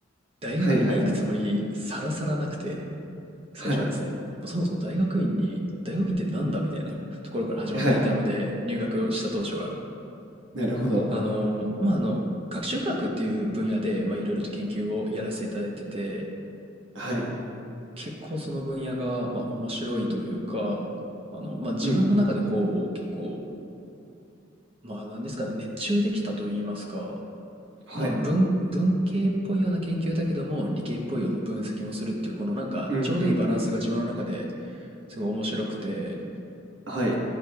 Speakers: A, on the right (about 30°); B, on the right (about 65°).
A: 大学院に行くつもりさらさらなくて、
B: はいはい。
A: 最初はですね。
B: はい。
A: もうそもそも大学院に、大学院ってなんだみたいなところから始まっていたので、
B: はい。
A: 入学をした当初は。
B: なるほど。
A: あの、まあ、あの、学習科学っていう分野で、まあ、いろいろと研究をやらせていただいてて、
B: はい。
A: 結構その分野が、まあ、面白いというか、あの、まあ、自分の中でこう、
B: うんうん。
A: 結構、まあ、なんですかね、熱中できたと言いますか、
B: はい。
A: まあ、文、文系っぽいような研究だけども、理系っぽいような分析もするっていう、このなんか、
B: うんうんうん。
A: ちょうどいいバランスが自分の中ですごい面白くて、
B: はい。